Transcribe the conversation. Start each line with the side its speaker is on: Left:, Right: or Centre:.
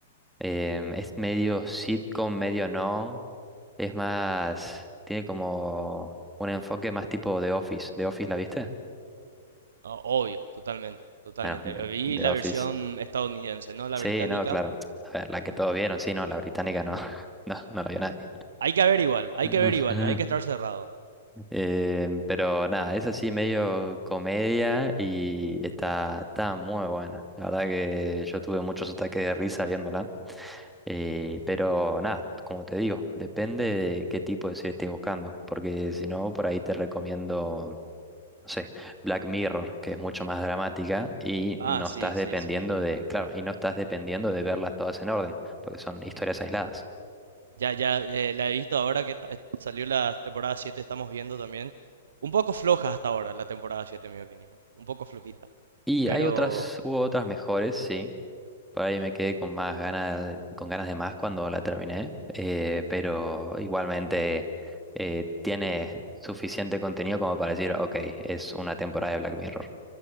Centre: Em, es medio sitcom, medio no. Es más, tiene como un enfoque más tipo The Office. ¿The Office la viste?
Right: O- obvio, totalmente, totalmente.
Centre: Bueno, The
Right: Eh, Vi
Centre: The
Right: la
Centre: Office.
Right: versión estadounidense, no la
Centre: Sí,
Right: británica.
Centre: no, claro. A ver, la que todos vieron, sí, no, la británica no, <laughs> no, no la vio nadie.
Right: Hay que ver igual, hay
Centre: <laughs>
Right: que ver igual, no hay que estar cerrado.
Centre: Eh, pero nada, es así medio comedia y está, está muy buena. La verdad que yo tuve muchos ataques de risa viéndola. Eh, pero nada, como te digo, depende de qué tipo de serie estés buscando. Porque si no, por ahí te recomiendo, no sé, Black Mirror, que es mucho más dramática y
Right: Ah,
Centre: no
Right: sí,
Centre: estás
Right: sí,
Centre: dependiendo
Right: sí.
Centre: de, claro, y no estás dependiendo de verlas todas en orden, porque son historias aisladas.
Right: Ya, ya, eh, la he visto ahora que ta- eh, salió la temporada 7 estamos viendo también. Un poco floja hasta ahora la temporada 7 en mi opinión. Un poco flojita.
Centre: Y
Right: Pero,
Centre: hay otras, hubo otras mejores, sí. Por ahí me quedé con más ganas, con ganas de más cuando la terminé. eh, pero igualmente eh, tiene suficiente contenido como para decir, ok, es una temporada de Black Mirror.